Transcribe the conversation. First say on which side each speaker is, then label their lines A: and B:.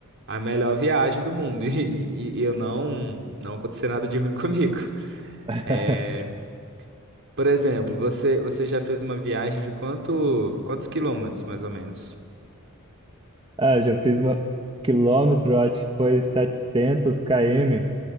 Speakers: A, on the right (about 55°); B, on the right (about 25°).
A: a melhor viagem do mundo. <laughs> E, e- e eu não, não aconteceu nada de ruim <laughs> comigo.
B: <laughs>
A: É, por exemplo, você, você já fez uma viagem de quanto, quantos quilômetros, mais ou menos?
B: Ah, já fiz uma quilômetro, acho que foi setecentos km,